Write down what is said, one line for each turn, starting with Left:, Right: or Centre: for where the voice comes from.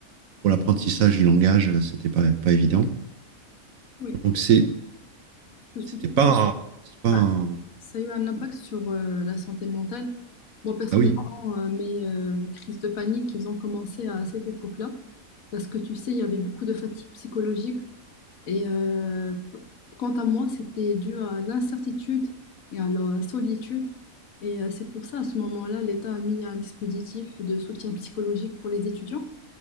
Right: pour l'apprentissage du langage, euh, c'était pas, pas évident.
Left: oui,
Right: Donc c'est,
Left: je suis
Right: c'était
Left: totalement.
Right: pas, un- c'est pas un-
Left: Ah, Ça a eu un impact sur euh, la santé mentale. Moi, personnellement,
Right: Ah oui,
Left: euh, mes euh, crises de panique, ils ont commencé à cette époque-là, parce que tu sais, il y avait beaucoup de fatigue psychologique. Et euh, p- quant à moi, c'était dû à l'incertitude et à la solitude. Et euh, c'est pour ça, à ce moment-là, l'État a mis un dispositif de soutien psychologique pour les étudiants.